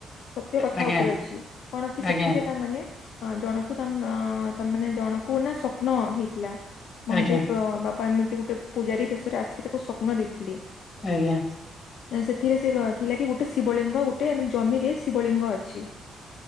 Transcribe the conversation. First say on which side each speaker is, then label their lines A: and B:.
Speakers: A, on the left (about 75°); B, on the left (about 50°).
A: ସତ୍ୟ କଥା
B: ଆଜ୍ଞା
A: ଉପରେ ଅଛି କଣ କି ସେଥିରେ
B: ଆଜ୍ଞା
A: ତା ମାନେ ହଁ ଜଣକୁ ତା ଆଁ, ତା ମାନେ ଜଣକୁ ନା ସ୍ଵପ୍ନ ହେଇଥିଲା। ମହାଦେବ
B: ଆଜ୍ଞା
A: ଅ, ବାବା ଏମିତି ଗୋଟେ ପୂଜାରୀ ବେଶରେ ଆସିକି ତାକୁ ସ୍ୱପ୍ନ ଦେଇଥିଲେ।
B: ଆଜ୍ଞା।
A: ଏ ସେଥିରେ ସେ କ-ଥିଲା କି ଗୋଟେ ଶିବଲିଙ୍ଗ ଗୋଟେ <unintelligible> ଜମିରେ ଶିବଲିଙ୍ଗ ଅଛି।